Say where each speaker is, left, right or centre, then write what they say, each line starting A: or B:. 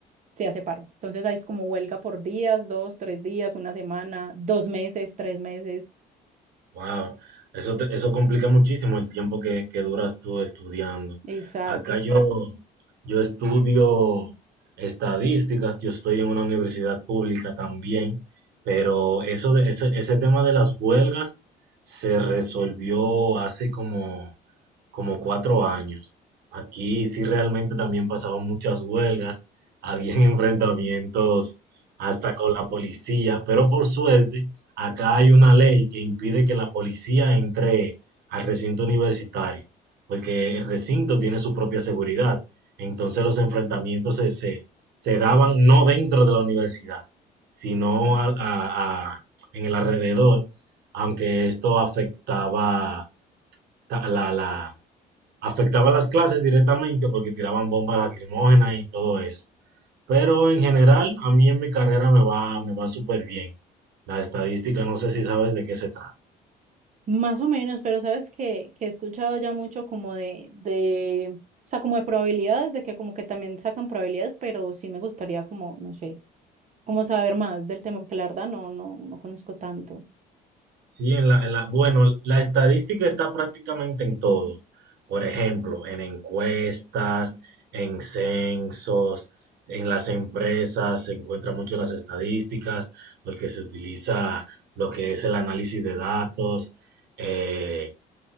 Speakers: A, on the right (about 45°); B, on the right (about 75°).
A: se hace paro. Entonces ahí es como huelga por días, dos, tres días, una semana, dos meses, tres meses.
B: Wow, eso, te- eso complica muchísimo el tiempo que, que duras tú estudiando.
A: Exacto.
B: Acá yo, yo estudio estadísticas, yo estoy en una universidad pública también, pero eso de, ese, ese tema de las huelgas se resolvió hace como, como cuatro años. Aquí sí realmente también pasaban muchas huelgas, habían <laughs> enfrentamientos hasta con la policía, pero por suerte Acá hay una ley que impide que la policía entre al recinto universitario, porque el recinto tiene su propia seguridad. Entonces los enfrentamientos se, se, se daban no dentro de la universidad, sino al- a- a- en el alrededor, aunque esto afectaba, ta- la, la- afectaba las clases directamente porque tiraban bombas lacrimógenas y todo eso. Pero en general, a mí en mi carrera me va, me va súper bien. La estadística, no sé si sabes de qué se trata.
A: Más o menos, pero sabes que, que he escuchado ya mucho como de, de, o sea, como de probabilidades, de que como que también sacan probabilidades, pero sí me gustaría como, no sé, como saber más del tema, porque la verdad no, no, no conozco tanto.
B: Sí, en la, en la- bueno, la estadística está prácticamente en todo. Por ejemplo, en encuestas, en censos, en las empresas se encuentran mucho las estadísticas porque se utiliza lo que es el análisis de datos. eh,